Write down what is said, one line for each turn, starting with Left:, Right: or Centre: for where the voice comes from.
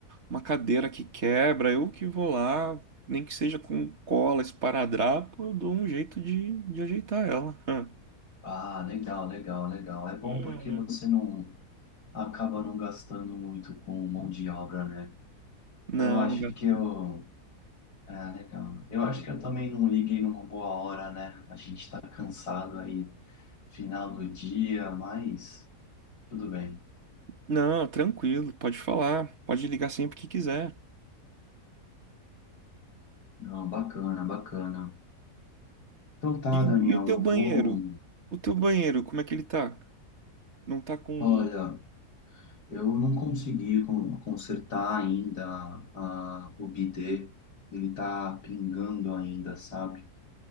Right: uma cadeira que quebra, eu que vou lá, nem que seja com cola, esparadrapo, eu dou um jeito de, de ajeitar ela. <laughs>
Left: Ah, legal, legal, legal. É bom porque
Right: Aham.
Left: você não acaba não gastando muito com mão de obra, né?
Right: Não,
Left: Eu acho
Right: não gasto.
Left: que eu. É, legal. Eu acho que eu também não liguei numa boa hora, né? A gente está cansado aí, final do dia, mas tudo bem.
Right: Não, tranquilo, pode falar, pode ligar sempre que quiser.
Left: Não, bacana, bacana. Então tá,
Right: E, o-
Left: Daniel,
Right: e o teu
Left: eu
Right: banheiro?
Left: vou.
Right: O teu banheiro, como é que ele tá? Não tá com.
Left: Olha. Eu não consegui con- consertar ainda a- o bidê, ele tá pingando ainda, sabe?